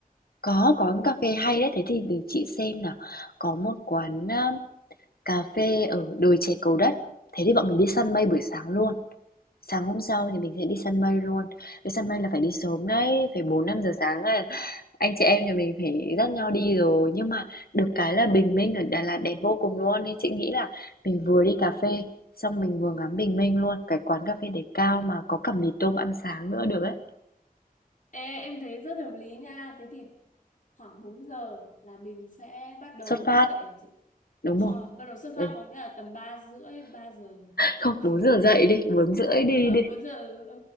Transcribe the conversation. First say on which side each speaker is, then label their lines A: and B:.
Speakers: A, on the left; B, on the left.
A: Có, có quán cà phê hay đấy, thế thì để chị xem nào. Có một quán, a, cà phê ở đồi chè Cầu Đất, thế thì bọn mình đi săn mây buổi sáng luôn. Sáng hôm sau
B: Ừ.
A: thì mình sẽ đi săn mây luôn. Đi săn mây là phải đi sớm đấy, phải bốn năm giờ sáng là anh chị em nhà mình phải dắt nhau
B: Ừ.
A: đi rồi. Nhưng mà được cái là bình minh ở Đà Lạt đẹp vô cùng luôn, nên chị nghĩ là mình vừa đi cà phê, xong mình vừa ngắm bình minh luôn. Cái quán cà phê để cao mà có cả mì tôm ăn sáng nữa được ấy.
B: Ê, em thấy rất hợp lý nha. Thế thì khoảng 4 giờ là mình sẽ bắt đầu
A: Xuất phát,
B: thức dậy à chị?
A: đúng không?
B: Ờ, bắt đầu xuất phát
A: Ừ.
B: có nghĩa là tầm 3 rưỡi, 3 giờ.
A: Không,
B: <laughs>
A: bốn giờ dậy đi, bốn rưỡi đi
B: Ờ,
A: đi.
B: 4 giờ, ừ,